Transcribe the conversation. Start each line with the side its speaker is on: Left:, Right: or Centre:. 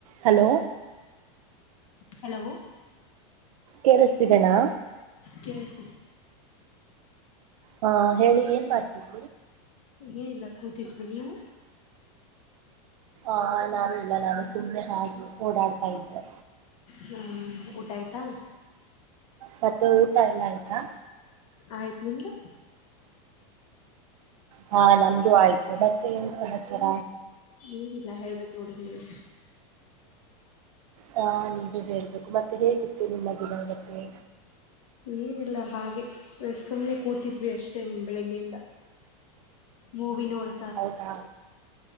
Right: Hello
Left: hello
Right: ಕೇಳಿಸ್ತಿದೆೇನಾ
Left: ಕೆಸ
Right: ಹಾ ಹೇಳಿ ಏನ್ ಮಾಡ್ತಿದ
Left: ಏನಿಲ್ಲ ಕೂತಿದ್ವಿ ನೀವು
Right: ಆ ನಾನು ಇಲ್ಲ ನಾನು ಸುಮ್ಮನೆ ಹಾಗಿ ಓಡಾಡ್ತಾ ಇದ್ದೆ
Left: ಹ್ಮ ಊಟ ಆಯ್ತಾ
Right: ಮತ್ತೆ ಊಟ ಎಲ್ಲ ಆಯ್ತಾ
Left: ಆಯ್ತ್ ನಿಮ್ದು
Right: ಹಾ ನಮ್ದು ಆಯ್ತು ಮತ್ತೆ ಏನ್ ಸಹಚರ
Left: ಏನಿಲ್ಲಾ ಹೇಳ್ಬೇಕಕ್ ನೋಡಿ ನೀವು
Right: ಹಾ ನೀವೇ ಹೇಳ್ಬೇಕು ಮತ್ತೆ ಹೇಗಿತ್ತು ನಿಮ್ಮ ದಿನದಕ್ಕೆ
Left: ಏನಿಲ್ಲ ಹಾಗೆ ಸುಮ್ನೆ ಕೂತಿದ್ವಿ ಅಷ್ಟೈಮ್ ಬೆಳಿಗ್ಗೆಯಿಂದ ಮೂವಿನೋಡ್
Right: ಹೌದಾ